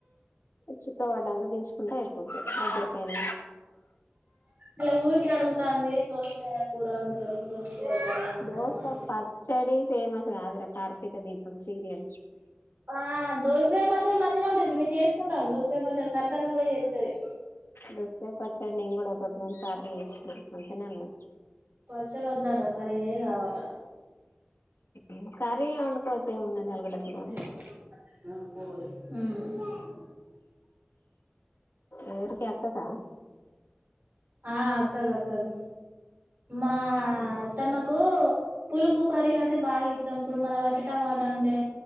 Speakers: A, on the left; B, on the right.
A: చిక్కపడ్డంగ్గ దించుకుంటే అయిపొద్ది ఒక్కరికైన
B: ఇలా ఊరికె అడుగుతాంది దోసకాయ కూర వండుతరు అంటరు దోసకాయ్ అంటారు
A: దోసకాయ
B: అంటే
A: పచ్చడి ఫేమస్ కాదురా కార్తీక దీపం సీరియల్
B: ఆ దోస కాయ ప పచ్చడి మంచిగానే ఉంటది పిన్ని చేసుకుంటాం దోసకాయ పచ్చడి సరదాగా కూడా చేత్తది.
A: దోసకాయ పచ్చాడి నేను కూడా ఒకటి రెండు సార్లు చేసినా మంచిగనే ఉన్నది.
B: పచ్చడి వద్ధంట కర్రీ ఏ కావాలట
A: ఉమ్ కర్రీ ఏ వండుకోవచ్చ ఏమున్నది అలగడ్డ
B: ఉమ్
A: కూర వండినట్టే ఎవరుకి అక్కకా
B: ఆ అక్కది అక్కది మా
A: అవును
B: అత్తమ్మకూ పులుపు కర్రీలు అంటే బాగా ఇష్టం ఇప్పుడు మన వట్టి టమాట అంటే